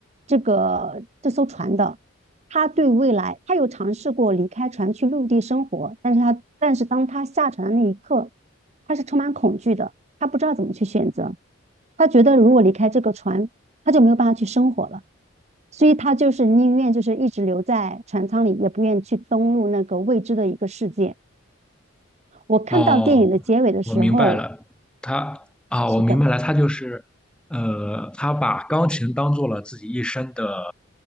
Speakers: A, on the right (about 30°); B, in the centre.
A: 这个这艘船的。他对未来，他有尝试过离开船去陆地生活，但是他，但是当他下船的那一刻，他是充满恐惧的，他不知道怎么去选择。他觉得如果离开这个船，他就没有办法去生活了，所以他就是宁愿就是一直留在船舱里，也不愿去登陆那个未知的一个世界。我看到电影的结尾的时候，
B: 哦，我明白了，他啊，
A: 是的。
B: 我明白了，他就是呃，他把钢琴当做了自己一生的